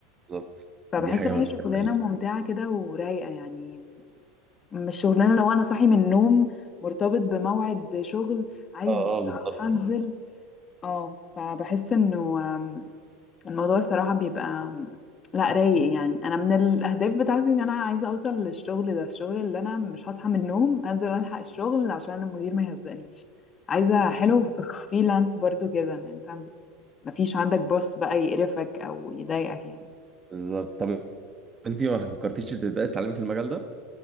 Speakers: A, on the right; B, on the left.
A: بالظبط
B: فبحس
A: دي حاجه
B: ان
A: من
B: هي شغلانة
A: الحاجات ال-
B: ممتعة كده ورايقة يعني مش شغلانه لو انا صاحي من النوم مرتبط بموعد شغل عايز
A: اه اه بالظبط
B: اصحى انزل اه فبحس انه آم، الموضوع الصراحه بيبقى آم، لا رايق يعني انا من الاهداف بتاعتي ان انا عايزه اوصل للشغل ده الشغل اللي انا مش هصحى من النوم انزل الحق الشغل عشان المدير ما يهزقنيش عايزه حلو في فريلانس برضو كده ان انت مفيش عندك بوس بقى يقرفك او يضايقك يعني
A: بالظبط طب انت ما فكرتيش تبداي تتعلمي في المجال ده؟